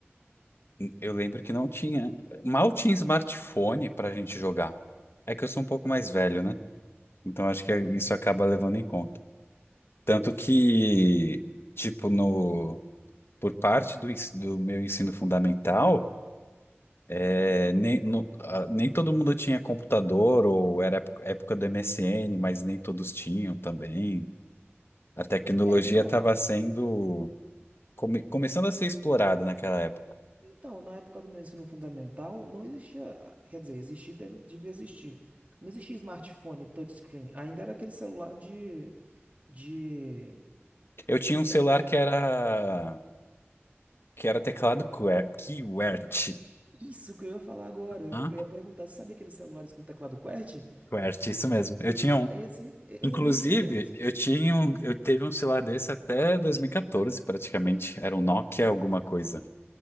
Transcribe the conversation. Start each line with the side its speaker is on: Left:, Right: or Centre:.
Left: n- eu lembro que não tinha, mal tinha smartphone para a gente jogar. É que eu sou um pouco mais velho, né? Então acho que é,
Right: É.
Left: isso acaba levando em conta. Tanto que, tipo, no, por parte do ens- do meu ensino fundamental É, nem, no- ah, nem todo mundo tinha computador, ou era época, época do MSN, mas nem todos tinham também. A tecnologia
Right: É, então,
Left: estava sendo, come- começando a ser explorada naquela época.
Right: então, na época do meu ensino fundamental, não existia, quer dizer, existia, deve, devia existir. Não existia smartphone touchscreen, ainda era aquele celular de, de...
Left: Eu tinha um
Right: Você
Left: celular
Right: lembra?
Left: que era, que era teclado QWER- QWERTY.
Right: Isso que eu ia falar agora, eu
Left: Hã?
Right: ia perguntar, você sabia aqueles celulares com teclado QWERTY?
Left: QWERTY, isso mesmo. Eu tinha um.
Right: Esse, eu
Left: Inclusive,
Right: também tinha um desse.
Left: eu tinha um, eu teve um celular desse até 2014, praticamente. Era um Nokia alguma coisa.